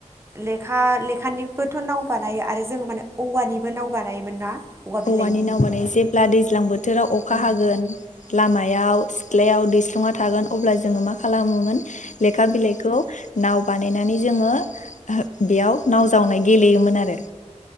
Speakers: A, on the right; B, on the left.
A: लेखा लेखानिबोथ' नाव बानायो आरो जोंङो माने औवानिबो नाव बानायोमोन ना? औवा बिलाइनि
B: औवानि नावानाय जेब्ला दैज्लां बोथोराव अखा
A: उम
B: हागोन लामा हायाव सिथ्लायाव दैस्लुं थागोन अब्ला जोङो मा खालामोमोन। लेखा बिलाइखौ नाव बानायनानै जोंङो बेयाव नाव जावनाय गेलेयोमोन आरो